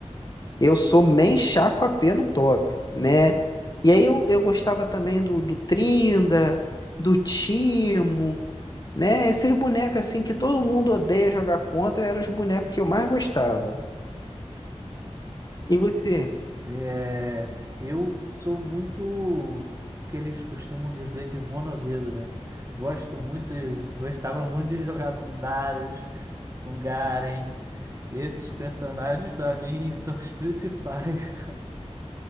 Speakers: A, on the left; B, on the right.
A: Eu sou main Chaco AP no top, né? E aí eu, eu gostava também do, do Trinda, do Timo, né? Esses bonecos assim que todo mundo odeia jogar contra eram os bonecos que eu mais gostava. E você?
B: É, eu sou muito o que eles costumam dizer de monodedo, né? Gosto muito, gostava muito de jogar com Darius, com Garen. Esses personagens pra mim <laughs> são os principais.